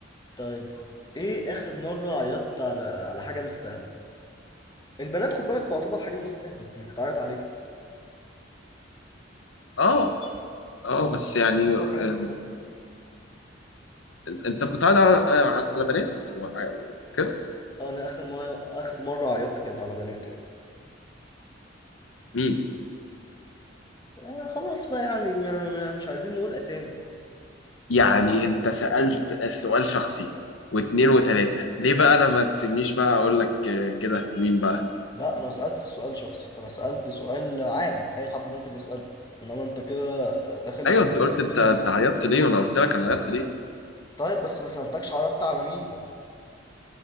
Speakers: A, on the left; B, on the left.
A: طيب ايه اخر مره عيطت على على حاجه مستاهله البنات خد بالك تعتبر حاجه مستاهله انك تعيط عليها
B: اه اه
A: تعتبر
B: بس يعني
A: تعتبر
B: آه،
A: حاجه مستاهله
B: انت بتعرض على على بنات وع- وكده
A: أه، انا اخر مره اخر مره عيطت كانت على بنات يعني
B: مين
A: آه خلاص بقى يعني ما- ما- مش عايزين نقول اسامي
B: يعني انت سألت السؤال شخصي واتنين وتلاتة ليه بقى انا ما تسيبنيش بقى اقول لك آه، كده مين بقى
A: لا انا ما سالتش سؤال شخصي انا سالت سؤال عام اي حد ممكن يساله انما انت كده داخل
B: ايوه
A: في التفاصيل
B: انت قلت انت انت
A: ال...
B: عيطت ليه وانا قلت لك انا عيطت ليه
A: طيب بس ما سالتكش عرضت على مين